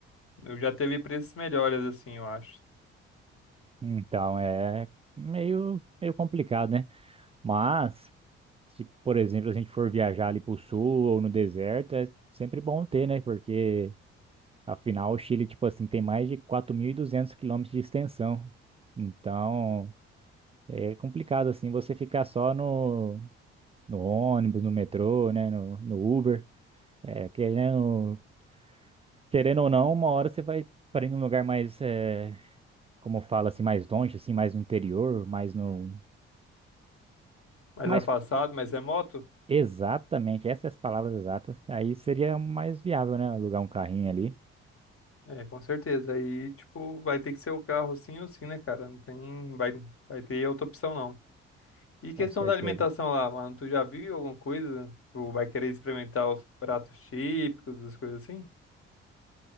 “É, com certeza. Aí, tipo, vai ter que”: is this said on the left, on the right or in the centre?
Left